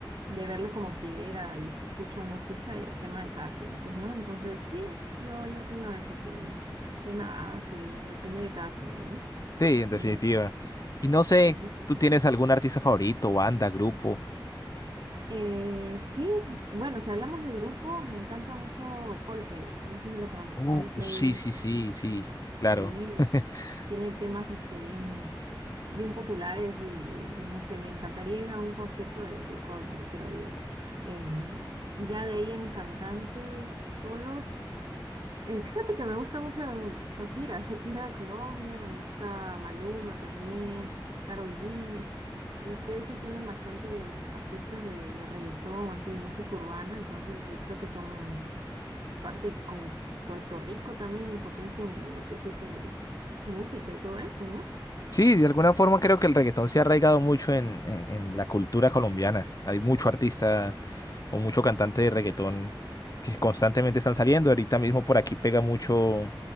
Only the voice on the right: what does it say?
de verlo como quiera y si escucha o no escucha, ya es tema de cada quien, pues, ¿no? Entonces, sí, yo, yo opino eso, que, que nada, que depende de cada quien, ¿no?
Y
sí.
Eh, sí, bueno, si hablamos de grupo, me encanta mucho Coldplay. No sé si la conoces,
Coldplay.
Sí,
tiene temas este, bien, bien populares y, y no sé, me encantaría ir a un concierto de, de Coldplay, creo yo. Em, ya de ahí en cantantes solos. Eh, fíjate que me gusta mucho Shakira, Shakira de Colombia, me gusta Maluma también, Karol G. Eh, ustedes sí tienen bastantes artistas de, de reggaetón, así de música urbana, entonces eh, creo que son parte con Puerto Rico también, potencia en, en lo que es, ese, es música y todo eso, ¿no?